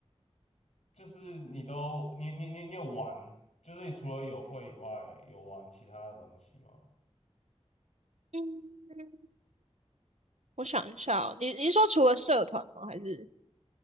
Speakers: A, on the left; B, on the right.
A: 就是你都你你你你有玩，就是你除了有会以外，有玩其他的东西吗？
B: 嗯，我想一下哦，你你是说除了社团吗？还是？